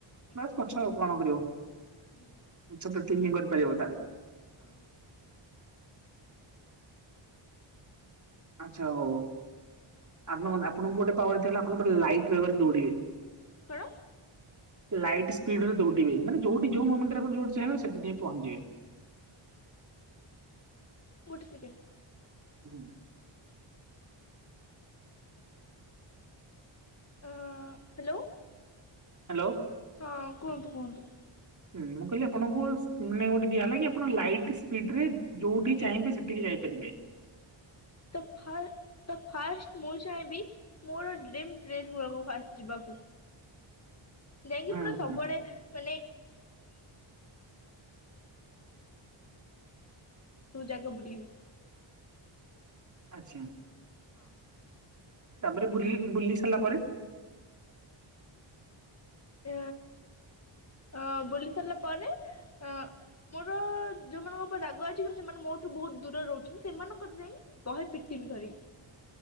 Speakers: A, on the left; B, on the right.
A: ଆଜ୍ଞା।
B: ବାସ ପଛ କଣ କରିବ
A: ହୁଁ
B: ପଛ ଏତିକି ହିଁ କରିପାରିବ ତାର।
A: ହାଁ।
B: ଆଛା ହଉ ହଉ ଆପଣ ଆପଣଙ୍କୁ ଗୋଟେ ପାୱାର ହେଲା ଆପଣ ଗୋଟେ ଲାଇଟ୍ <unintelligible> ଦୌଡିବେ।
A: କଣ
B: ଲାଇଟ୍ ସ୍ପିଡରେ ଦୌଡିବେ ମାନେ ଯୋଉଠି ଯୋଉ ମୁମେଣ୍ଟରେ ଆପଣ ଯୋଉଠି ଚାହିଁବେ ସେଥିପାଇଁ ପହଞ୍ଚିବେ। <inaudible>
A: ଗୋଟେ ସେକେଣ୍ଡ।
B: ହୁଁ।
A: ଆ ହ୍ୟାଲୋ।
B: ହ୍ୟାଲୋ।
A: ହଁ କୁହନ୍ତୁ କୁହନ୍ତୁ।
B: ହୁଁ ମୁଁ କହିଲି ଆପଣଙ୍କୁ ମାନେ ଗୋଟେ ଦିଆ ହେଲା କି ଆପଣ ଲାଇଟ୍ ସ୍ପିଡରେ ଯୋଉଠି ଚାହିଁବେ ସେଠିକି ଯାଇ ପାରିବେ।
A: ତ ଫା ତ ଫାଷ୍ଟ ମୁଁ ଚାହିଁବି ମୋର ଡ୍ରିମ୍ ରେ <unintelligible> ଫାଷ୍ଟ ଯିବାକୁ ଯାଇକି
B: ହଁ
A: ପୁରା ସବୁଆଡ଼େ
B: ହଁ
A: ମାନେ ଜାଗ ବୁଲିିବି।
B: ଆଚ୍ଛା।
A: ହଁ।
B: ତାପରେ ବୁଲି ବୁଲି ସାରିଲା ପରେ?
A: ଏ ଅ ବୁଲି ସାରିଲା ପରେ ଅ ମୋର ଯୋଉମାନଙ୍କ ଉପରେ ରାଗ ଅଛି କିନ୍ତୁ ସେମାନେ ମୋଠୁ ବହୁତ ଦୂରରେ ରହୁଛନ୍ତି ସେମାନଙ୍କ ଯାଇ ବହେ ପିଟି ଧରି